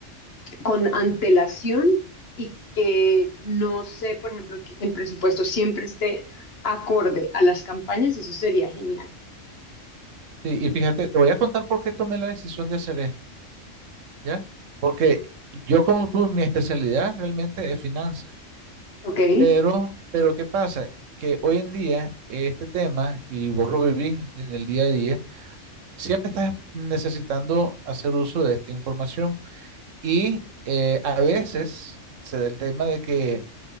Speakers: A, on the left; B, on the right.
A: con antelación y que no sé, por ejemplo, que, que el presupuesto siempre esté acorde a las campañas, eso sería genial.
B: Y, y fíjate, te voy a contar por qué tomé la decisión de hacer esto, ¿ya? Porque yo como tú, mi especialidad realmente es finanzas,
A: ¿Ok? Sí,
B: pero, pero ¿qué pasa? Que hoy en día este tema, y vos lo vivís en el día a día, siempre estás necesitando hacer uso de esta información y eh, a veces se da el tema de que